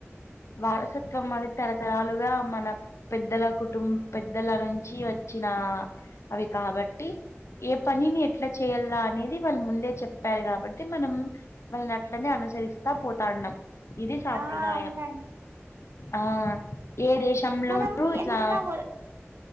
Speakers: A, on the left; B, on the right.
A: వారసత్వం అది తరతరాలుగా మన పెద్దల కుటుం పెద్దల నుంచి వచ్చిన అవి కాబట్టి ఏ పని నీ ఎ ట్లా చేయాలా అనేది వాళ్ళు ముందే చెప్ ప్పారు కాబట్టి మనం వళ్నీని అట్లనే అనుసరిస్తా పోతా ఉన్నాం ఇది సాంప్రదాయం
B: ఆ! అవునండి.
A: ఆ ఏ దేశంలోనూ
B: మనం
A: ఇట్లా
B: ఎంత వ